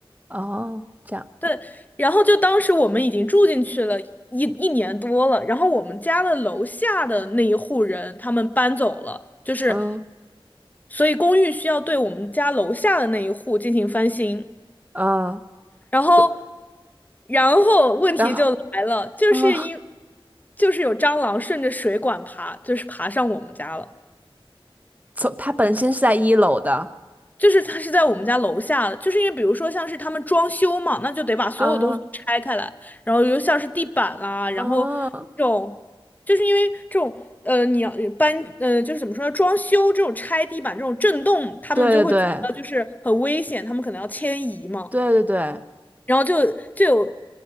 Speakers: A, on the right; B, on the left.
A: 哦，这样，
B: 对，然后就当时我们已经住进去了一一年多了，然后我们家的楼下的那一户人他们搬走了，就是
A: 嗯
B: 所以公寓需要对我们家楼下的那一户进行翻新，
A: 嗯，
B: 然后
A: 所
B: 然后问题就来了，
A: 然后
B: 就是因
A: 嗯，
B: 就是有蟑螂顺着水管爬，就是爬上我们家了。
A: 所他本身是在一楼的
B: 就是它是在我们家楼下的，就是因为比如说像是他们装修嘛，那就得把所有东西拆开来，
A: 啊，
B: 然后又像是地板啦，然后这种，
A: 嗯，
B: 就是因为这种呃，你要搬呃，就是怎么说呢装修这种拆地板这种震动，他们就会觉得就是很危险，
A: 对对
B: 他们可能要迁移嘛，
A: 对对对对，
B: 然后就就有